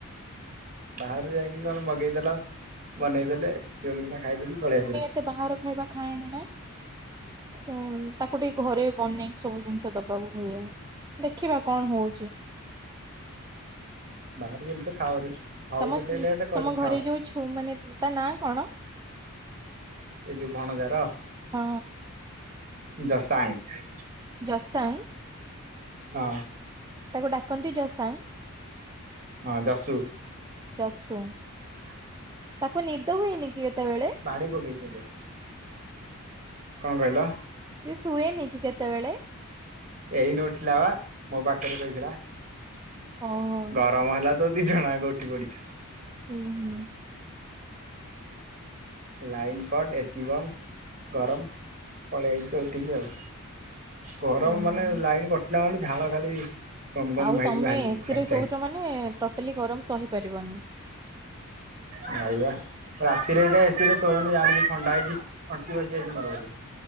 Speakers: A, on the right (about 35°); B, on the right (about 15°).
A: ବାହାରେ ଯାଇକି କଣ ମଗେଇଦେଲ ବନେଇଦେଲେ ଦୁଲ୍ କିନା ଖାଇଦେଇକି ପଳେଇ ଆସିଲା।
B: ସେ ବାହାର ଖାଇବା ଖାଏନି ନା? ସେ ତାକୁ ଟିକେ ଘରେ ବନେଇକି ସବୁ ଜିନିଷ ଦବାକୁ ହୁଏ। ଦେଖିବା କଣ ହଉଛି?
A: ବାହାର ଜିନିଷ ଖାଅନି। ହଉ
B: ତମ
A: ପଛେ ଲେଟ୍ କରିକି
B: ତମ ଘରେ
A: ଖାଅ
B: ଯୋଉ ଛୁ ମାନେ ତା ନାଁ କଣ?
A: ଏ ଯୋଉ ଭଣଜାର
B: ହଁ
A: ଜସାଙ୍ଗ।
B: ଜସାଙ୍ଗ।
A: ହଁ।
B: ତାକୁ ଡାକନ୍ତି ଜସାଙ୍ଗ।
A: ହଁ ଜସୁ
B: ଯଶୁ ତାକୁ ନିଦ ହୁଏନି କି ଏତେବେଳେ?
A: ବାଡ଼େଇ ପକେଇବି ତତେ? କଣ କହିଲ?
B: ସିଏ ଶୁଏନି କି କେତେବେଳେ?
A: ଏଇନୁ ଉଠିଲା ବା ମୋ ପାଖରେ ଶୋଇଥିଲା।
B: ଓ ହୋ।
A: ଗରମ ହେଲା ତ ଦି ଜଣ ଯାଙ୍କ ଉଠି ପଡିଚୁ।
B: ହୁଁ। ହୁଁ
A: ଲାଇନ୍ କଟ୍, ଏସି ବନ୍ଦ, ଗରମ। ପଳେଇ ଆଇଚୁ ଉଠିକି ଆଉ। ଗରମ
B: ହୁଁ।
A: ମାନେ ଲାଇନ କଟିଲା ମାନେ ଝାଳ ଖାଲି ଗମ ଗମ
B: ଆଉ
A: ଖାଇକି
B: ତମେ
A: ବାହାରି
B: ଏ
A: ପଡୁଛି
B: ସି
A: ସାଙ୍ଗେ
B: ରେ ଶୋଉଛ
A: ସାଙ୍ଗେ
B: ମାନେ ଟୋଟାଲି ଗରମ ସହି ପାରିବନି।
A: ନାଇବା ରାତିରେ ଏବେ ଏ ସି ରେ ଶୋଉନି ଜାଣିଛି ଥଣ୍ଡା ହେଇଛି ତଣ୍ଟି ବସି ଯାଇଛି ମୋର ବଲି।